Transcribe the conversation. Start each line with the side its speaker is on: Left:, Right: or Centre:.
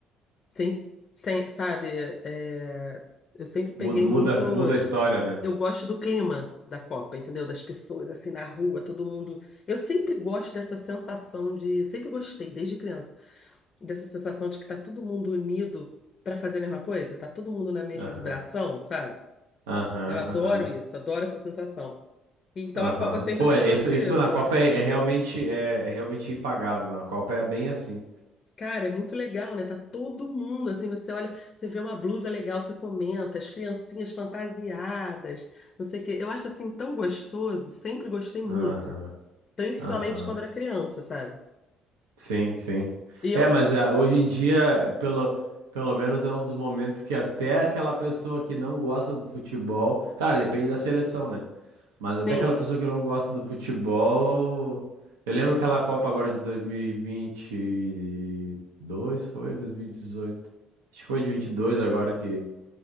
Left: sim, sem, sabe, é, eu sempre peguei
Right: Muda, muda,
Left: muito.
Right: muda a história, né?
Left: Eu gosto do clima da Copa, entendeu? Das pessoas assim na rua, todo mundo. Eu sempre gosto dessa sensação de, sempre gostei desde criança dessa sensação de que tá todo mundo unido para fazer a mesma coisa, tá todo mundo na mesma
Right: Aham,
Left: vibração, sabe?
Right: aham,
Left: Eu adoro
Right: aham,
Left: isso, adoro essa sensação. Então
Right: aham.
Left: a Copa sempre
Right: Pô,
Left: me
Right: isso,
Left: trouxe
Right: isso
Left: isso.
Right: na Copa é, é realmente é, é realmente impagável. Na Copa é bem assim.
Left: Cara, é muito legal, né? Tá todo mundo assim, você olha, você vê uma blusa legal, você comenta, as criancinhas fantasiadas, não sei o quê. Eu acho assim tão gostoso, sempre gostei muito,
Right: Aham,
Left: principalmente
Right: aham.
Left: quando era criança, sabe?
Right: Sim, sim.
Left: E eu,
Right: É, mas ah, hoje em dia, pelo, pelo menos é um dos momentos que até aquela pessoa que não gosta do futebol, cara, depende da seleção, né? Mas
Left: sim,
Right: até aquela pessoa que não gosta do futebol. Eu lembro aquela Copa agora de dois mil e e vinte e dois foi? dois mil e dezoito Acho que foi de 22 agora que,